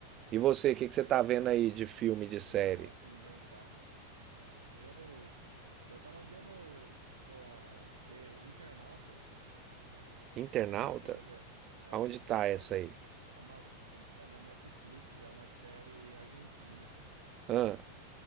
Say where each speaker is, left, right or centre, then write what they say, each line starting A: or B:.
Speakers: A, on the right (about 30°); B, on the right (about 70°).
A: E você, o
B: Não
A: que que
B: tem
A: você tá
B: mais
A: vendo
B: o que,
A: aí de filme, de série?
B: não tem mais o que inventar. Eu, eu tava vendo, pô, é, The Internauta.
A: Internauta?
B: Você já chegou a ver? É,
A: Aonde tá essa
B: é um filme,
A: aí?
B: é uma, tá na Netflix, é uma série argentina
A: Ah,